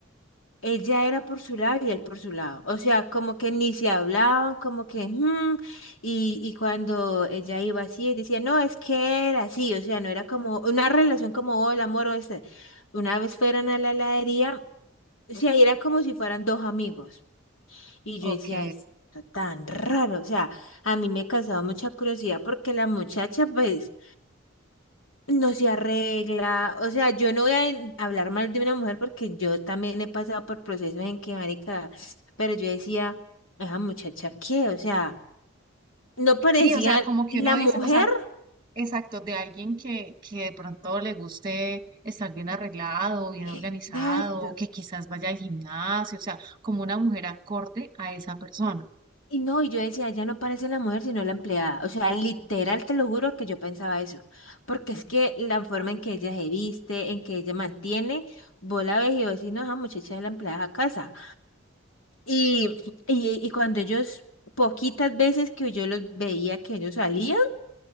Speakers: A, on the left (about 85°); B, on the right (about 20°).
A: ella era por su lado y él por su lado. O sea, como que ni se hablaban, como que, "Mm", y, y cuando ella iba así, él decía, no, es que era así, o sea, no era como una relación como, hola, amor, o este. Una vez fueron a la heladería, o sea, y era como si fueran dos amigos. Y
B: Ok.
A: yo decía, esto tan raro, o sea, a mí me causaba mucha curiosidad porque la muchacha, pues, no se arregla, o sea, yo no voy a en- hablar mal de una mujer porque yo también he pasado por procesos en que, marica, pero yo decía, esa muchacha, ¿qué? O sea, no parecía
B: Sí, o sea, como que
A: la
B: uno
A: mujer.
B: dice, o sea, exacto, de alguien que, que de pronto le guste estar bien arreglado, bien organizado,
A: Exacto.
B: que quizás vaya al gimnasio, o sea, como una mujer acorde a esa persona.
A: Y no, y yo decía, ya no parece la mujer, sino la empleada. O sea, literal, te lo juro que yo pensaba eso. Porque es que la forma en que ella se viste, en que ella mantiene, vos la ves y vos decís, no, esa muchacha es la empleada a casa. Y, <clears throat> y, y cuando ellos, poquitas veces que yo los veía que ellos salían,